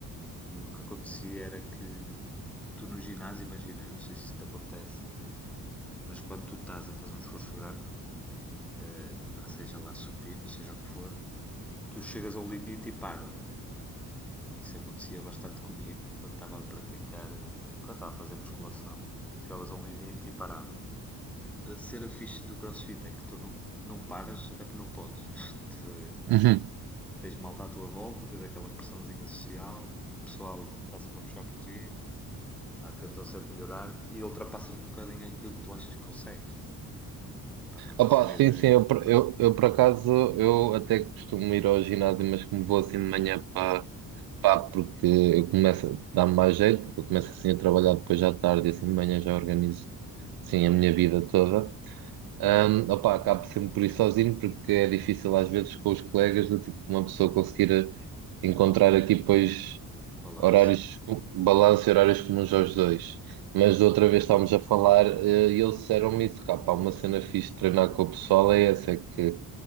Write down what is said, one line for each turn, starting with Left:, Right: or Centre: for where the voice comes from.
Centre: e o que acontecia era que tu no ginásio, imagina, não sei se isso te acontece, mas quando tu estás a fazer um esforço grande, eh, pá, seja lá supino, seja o que for, tu chegas a um limite e paras, não é? Isso acontecia bastante comigo quando estava a praticar, eh, quando estava a fazer musculação. Chegavas a um limite e paravas. A cena fixe do crossfit é que tu não, não paras, até porque não podes. <laughs> Estás a ver?
Right: uhum.
Centre: Tens malta à tua volta, tens aquela pressãozinha social, o pessoal está sempre a puxar por ti, pá, tentam sempre melhorar e ultrapassas um bocadinho aquilo que tu achas que consegues. Pá, para teres
Right: Opa,
Centre: uma ideia.
Right: sim, sim, eu, por-
Centre: Força.
Right: eu, eu por acaso eu até costumo ir ao ginásio, mas como vou assim de manhã para pá, porque eu começo a dar-me mais jeito, porque eu começo assim a trabalhar depois já tarde e assim de manhã já organizo sim
Centre: Ok.
Right: a minha vida toda. Um, opa, acabo sempre por ir sozinho porque é difícil às vezes com os colegas do tipo uma pessoa conseguir encontrar aqui depois.
Centre: Um balanço.
Right: Horários, balanço e horários comuns aos dois. Mas
Centre: Ok.
Right: da outra vez estávamos a falar, eh, e eles disseram-me isso, cá, pá, uma cena fixe de treinar com o pessoal é essa, é que